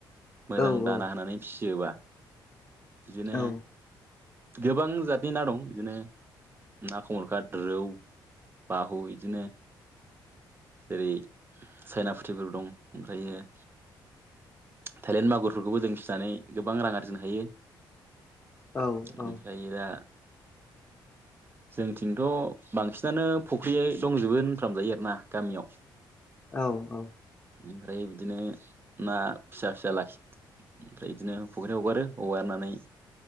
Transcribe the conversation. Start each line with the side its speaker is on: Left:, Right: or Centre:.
Right: मोजां
Left: औ
Right: दाना
Left: औ
Right: होनानै फिसियोबा बिदिनो
Left: औ
Right: गोबां जातनि ना दं बिदिनो ना खमुरखा रौव बाहु बिदिनो जेरै चाइना फुथिफोर दं ओमफ्रायो थाइलेन्ड मागुरफोरखौबो जों फिसिनानै गोबां रां आरजिनो हायो
Left: औ औ
Right: ओमफ्राय इ दा जोंथिंथ' बांसिनानो फुख्रिय दंजोबो होनफ्राम जायो आरो ना गामियाव
Left: औ औ
Right: ओमफ्राय बिदिनो ना फिसा फिसा लाखि ओमफ्राय बिदिनो फुख्रि हगारो हगारनानै